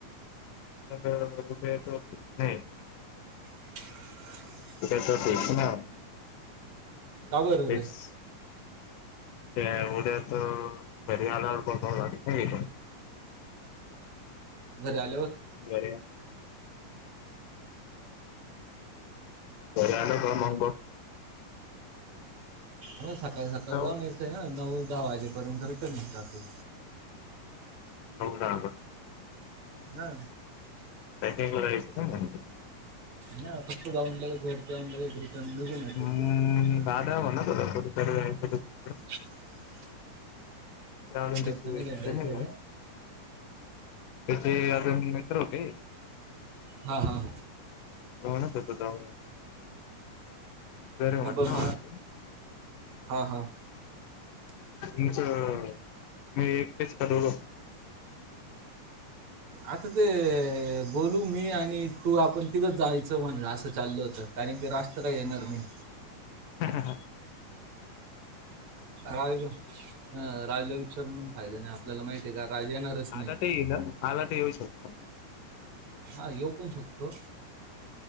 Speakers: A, on the left (about 75°); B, on the right (about 60°).
A: तर उभय त नाही.
B: <inaudible>
A: ठीच ठीच ना!
B: का बरं
A: फिक्स
B: नाही.
A: ते उद्याच परि आल्यावर बघावं लागतं.
B: घरी आल्यावर.
A: <unintelligible> होल का मंग <unintelligible>
B: म सकाळी-सकाळी
A: हो
B: जाऊन यायचंय ना नऊ दहा वाजेपर्यंत रिटर्न येऊन जाते.
A: हो का ब.
B: हा.
A: <unintelligible>
B: ह फक्त जाऊन लागेल वरती जाऊन लगेच रिटर्न निघून येते
A: हम्म,
B: फोटो व्हिडिओ काढून
A: दादा बाद हवं ना कुट तरी जायचं म्हणून
B: <inaudible>
A: त्याच्या अजून
B: घरच्यांना
A: ते सु नाही,
B: घेऊन जायचंय
A: त्याचे अजून मित्र होते.
B: हा-हा.
A: होण होत जा म्हटलं
B: म-ब-म हा-हा.
A: तुमचं, तुम्ही एकटेच काढवलं.
B: आता ते गोलू मी आणि आणि तू आपण तिकच जायचं म्हणल असं चाललं होतं, कारण की रास्त काही येणार नाही.
A: हा-हा
B: राजला अ राज ला विचार मग. फायदाया नाही. आपल्याला माहिती आहे का राज येणारच नाही.
A: आला ते येईल आला ते येऊ शकतो
B: हा येऊ पण शकतो.